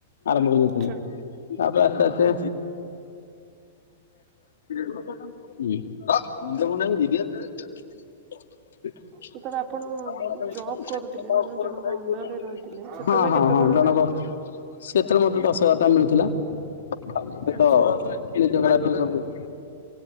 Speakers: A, on the left; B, on the right.
A: ଆରମ୍ଭ କଲି ଯେତେବେଳେ।
B: ଆଚ୍ଛା।
A: ବାବା ଆସ୍ତେ ଆସ୍ତେ। <unintelligible>
B: ଯେତେବେଳେ ଆପଣ ଜବ୍ କରୁଥିଲେ ମାନେ ଜଣଙ୍କ ଅଣ୍ଡରରେ ରହିଥିଲେ ସେତେବେଳେ
A: ହଁ
B: କେତେ
A: ହଁ।
B: କଣ ମିଳୁଥିଲା?
A: ସେଥିରେ ମତେ ଦଶ ହଜାର ଟଙ୍କା ମିଳୁଥିଲା
B: ଆଚ୍ଛା
A: ଆଉ ଏବେ ତ